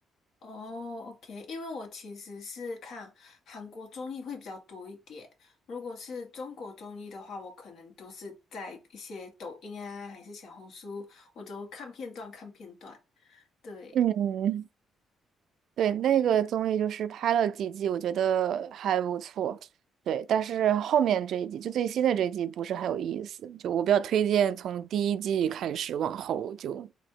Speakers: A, on the left; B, on the right.
A: 哦，OK，因为我其实是看韩国综艺会比较多一点。如果是中国综艺的话，我可能都是在一些抖音啊，还是小红书，我都看片段看片段。对，
B: 嗯，对，那个综艺就是拍了几季，我觉得还不错。对，但是后面这一季，就最新的这一季不是很有意思。就我比较推荐从第一季开始往后就，